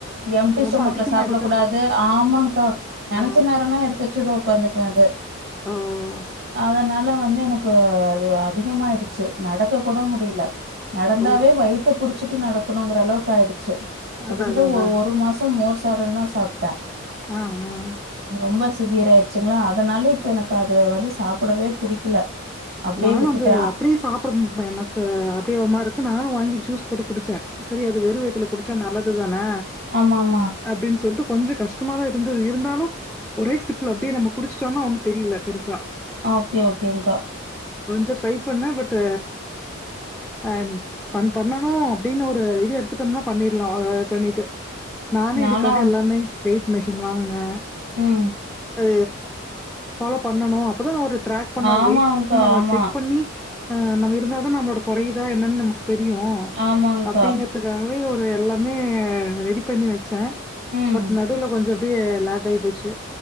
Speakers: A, on the right; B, in the centre.
A: எம்ட்டி
B: ரொம்ப
A: ஸ்டோமக்ல
B: அதிகமா
A: சாப்புடக்
B: எடுக்கக்கூ
A: கூடாது ஆமாங்க்கா நெனச்ச
B: ஓ,
A: நேரோல்லா எடுத்து வச்சுட்டு உக்காந்துக்குவே அத
B: ஓ.
A: அதனால வந்து எனக்கு அது அதிகமாயிடுச்சு நடக்கக் கூட முடியலே நடந்தாவே
B: ஓ
A: வயித்த புடிச்சுட்டு நடக்கணுங்குற அளவுக்கு ஆயிடுச்சு கிட்டத்தட்ட
B: அதா அதா அதா
A: ஒ
B: அதா
A: ஒரு மாசோ மோர் சாதந்தா சாப்ட்ட
B: ஆ ஆ அ
A: ரொம்ப சிவியர் ஆயிடுச்சுங்ளா அதனால இப்போ எனக்கு அத வந்து சாப்புடவே புடிக்கல அப்டியே
B: நானு
A: விட்டுட்டேன்
B: வந்து அப்டியே சாப்புட எனக்கு அப்டியே ஒரு மாருக்கு நானு வாங்கி ஜூஸ் போட்டு குடிச்சே செரி அது வெறு வயத்துல குடிச்சா நல்லதுதானே
A: ஆமா ஆமா
B: அப்டின் சொல்ட்டு கொஞ்சோ கஷ்டமாதா இருந்தது இருந்தாலு ஒரே சிப்புல அப்டியே நம்ம குடிச்சிட்டோனா ஒன்னு தெரில பெருசா
A: ஓகே ஓகேங்க்கா
B: கொஞ்சோ ட்ரை பண்ணே பட் அன் ஃபன் பண்ணணு அப்டின்னு ஒரு இது எடுத் துட்டோம்னா பண்ணிர்லா ஆ பண்ணிட்டு நானு
A: நானும்
B: இதுக்காக எல்லாமே வெயிட் மெஷின் வாங்குனே
A: ம்
B: து ஃபாலோ பண்ணணு அப்பதா நம ஒரு ட்ராக் பண்ணா
A: ஆமாங்க்கா
B: வெயிட் நம்ம
A: ஆமா
B: செக் பண்ணி ஆ நம்ம இருந்தாதா நம்மோட கொறயுதா என்னன்னு நமக்கு தெரியு
A: ஆமாங்க்கா
B: அப்டிங்கற த்துக்காகவே ஒரு எல்லாமே ரெடி பண்ணி வச் சே
A: ம்
B: பட் நடுவுல கொஞ்சோ அப்டியே லாக் ஆகி போச்சு